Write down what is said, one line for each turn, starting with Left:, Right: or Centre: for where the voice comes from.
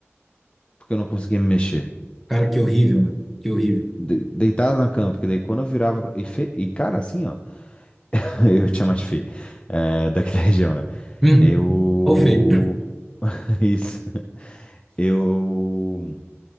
Left: porque eu não conseguia me mexer.
Centre: cara, que horrível, meu. Que horrível.
Left: De- Deitado na cama, porque daí quando eu virava. pra- E, fe- e, cara, assim, ó. <laughs> Eu tinha mais feio. É, <laughs> daqui da região, né?
Centre: Hum,
Left: Eu.
Centre: ou feio.
Left: <laughs> Isso. Eu.